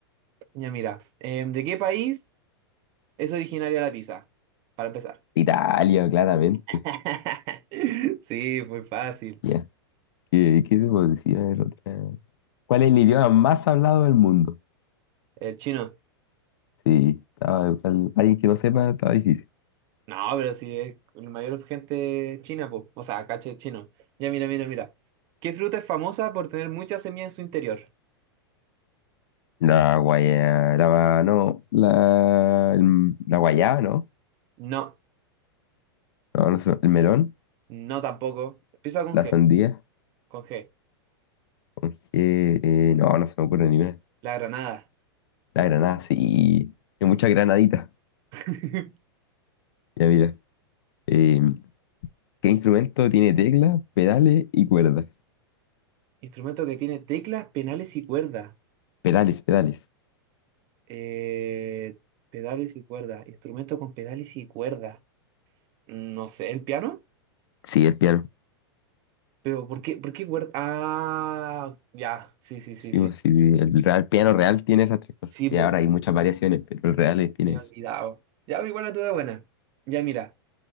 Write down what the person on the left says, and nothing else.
Italia, claramente.
Ya. ¿Qué, qué te puedo decir? A ver, otra. ¿Cuál es el idioma más hablado del mundo?
Sí, estaba, al- alguien que no sepa, estaba difícil.
La guaya, la, no, la, el- la guayaba, ¿no?
No, no se- el melón,
la
sandía,
con G, eh, no, no se me ocurre ni una.
La granada, sí, hay muchas granaditas.
Ya mira, eh, ¿qué instrumento tiene teclas pedales y cuerdas?
Pedales, pedales.
Sí, el piano.
Sí,
pues, sí, el real, piano real tiene esas tres cosas.
Y ahora hay muchas variaciones, pero el real es- tiene
eso.